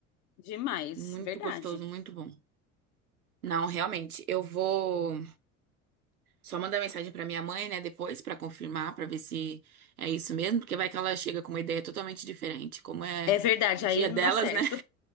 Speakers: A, on the left (about 45°); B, on the right (about 90°).
A: Demais,
B: Muito
A: verdade.
B: gostoso, muito bom. Não, realmente, eu vou só mandar mensagem pra minha mãe, né, depois pra confirmar, pra ver se é isso mesmo, porque vai que ela chega com uma ideia totalmente diferente, como é
A: É verdade,
B: o dia
A: aí não
B: delas,
A: dá certo.
B: né?